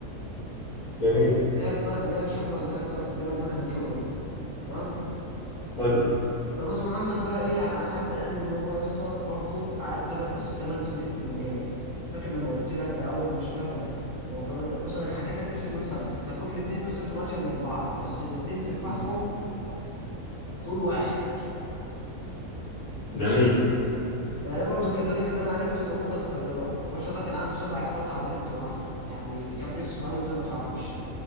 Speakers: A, on the left; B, on the right.
A: جميل
B: لا في بقى لا شبرا لا في جامعه بنها الا في شبرا دي تمام
A: حلو
B: فمس محمد بقى ايه يعني على حد علمي ان هو يا اسطى برضه قعد تم- بس 8 سنين في المجال فاكر لما قلت لك ده اول ما اشتغل هو كمان ده بص انا حكيت لك قصه جوز خالتي كان ممكن الاثنين قصتهم اتشابه من بعض بس الاثنين في كفاحهم
A: مم.
B: طول واحد ماشي
A: جميل
B: يعني ده برضه كذلك اللي انا عرفته ان ابوه كان خياط وما شاء الله كان عنده سبع اخوات على بنت واحده يعني كان بيصرف عليهم ازاي ما تعرفش